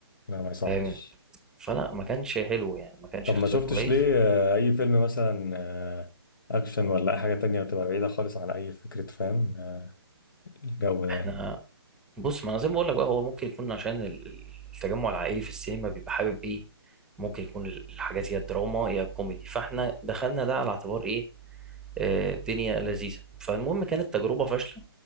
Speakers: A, on the left; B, in the centre.
A: لا ما يصحش
B: فاهم فلا ما كانش حلو يعني ما كانش
A: طب
B: اختيار
A: ما شفتش
B: كويس
A: ليه آه، اي فيلم مثلا آه، اكشن ولا اي حاجه تانية بتبقى بعيده خالص عن اي فكره فاهم آه، الجو ده
B: احنا
A: يعني
B: بص ما انا زي ما بقول لك بقى هو ممكن يكون عشان ال- ال- التجمع العائلي في السينما بيبقى حابب ايه ممكن يكون ال- الحاجات يا دراما يا كوميدي فاحنا دخلنا ده على اعتبار ايه آه الدنيا لذيذه فالمهم كانت تجربه فاشله